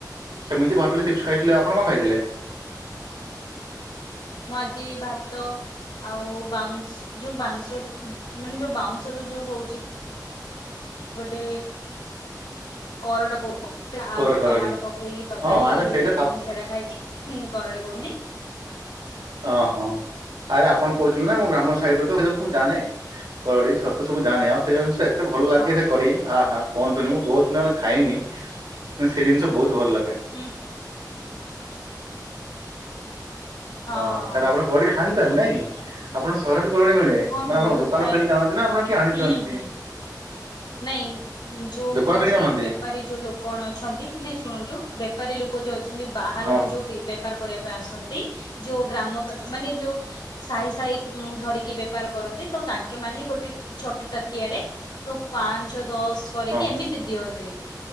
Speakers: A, on the right; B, on the left.
A: ସେମିତି ବାଡୋଲି ଚିପ୍ସ ଖାଇଥିଲେ ଆପଣ କଣ ଖାଇଥିଲେ?
B: ମୁଁ ଆଜି ଭାତ। ଆଉ ବାଉସ ଯୋଉ ବାଂଶ ରୁ ମାନେ ଯୋଉ ବାଉଶ ରୁ ଯୋଉ ହଉଛି। ଗୋଟେ କରଡ କୋହୁଠୁ। ସେଟା ଆଳୁ
A: କରଡି କରଡି
B: ଟମାଟୋ ପକେଇକି ତରକାରୀ
A: ହଁ ଆରେ
B: ହେଇଥିଲା
A: ସେଇଟା ତ
B: ଘରେ
A: ଆପ-
B: ମୁଁ ସେଇଟା ଖାଇଚି, ହୁ କରଡି କୋହନ୍ତି।
A: ଓ ହୋ। ଆରେ ଆପଣ କହୁଥିଲେ ନା ମୁଁ ଗ୍ରାମ ସାଇ ହିଡରେ ତ ସବୁ ଜାଣେ କଡେଇ ଛତୁ ସବୁଜାଣେ ଆଉ ସେଇ ଜ ଏତେ ଭଲ ଲାଗେ
B: ହଁ
A: ସେ କରି ଆହା କୁହନ୍ତୁନି ମୁଁ ବହୁତ ଦିନ ହେଲା ଖାଇନି କିନ୍ତୁ ସେ ଜିନିଷ ବହୁତ ଭଲ ଲାଗେ <inaudible>
B: ହୁଁ ହଁ
A: ଓହ
B: ହଁ
A: ତାହେଲେ
B: ହଁ
A: ଆପଣ କୋଅଠି ଖାନ୍ତି ତାହେଲେ ନାଇଁ ଆପଣ ସର ବି କୋଠି ମିଳେ ମାନେ
B: ହଁ
A: ଆପଣଙ୍କ
B: ବହୁତ
A: ଦୋକାନରୁ
B: ଖାଏ
A: କିଣିି ଆଣନ୍ତି ନା ଆପଣ କିଏ ଆଣି
B: ହୁଁ
A: ଦିଅନ୍ତି?
B: ହୁଁ। ନାଇଁ ଯୋଉ
A: ଦୋକାନ
B: କିଛି
A: କିଣିକି ଆଣନ୍ତି
B: ବେପାରୀ ଯୋଉ ଲୋକଣ ଅଛନ୍ତି ନାଇଁ ଶୁଣନ୍ତୁ ବେପାରୀ ଲୋକ ଯୋଉ ଅ ଅଛନ୍ତି ବାହାରକୁ
A: ହଁ
B: ଯୋଉ ବେ ବେପାର କରିବା। କା ଆସନ୍ତି ଯୋଉ ଗ୍ରାମ ଗା ମାନେ ଯୋଉ ସାହି ସାହି ଉ ଗୁଁ ଧରିକି ବେପାର କରନ୍ତି, ତ ତାଙ୍କେ ମାନେ ଗୋଟେ ଛୋଟ ତାଟିଆରେ। ପାଞ୍ଚ ଦଶ କରିକି
A: ହଁ।
B: ଏମିତି ଦିଅନ୍ତି,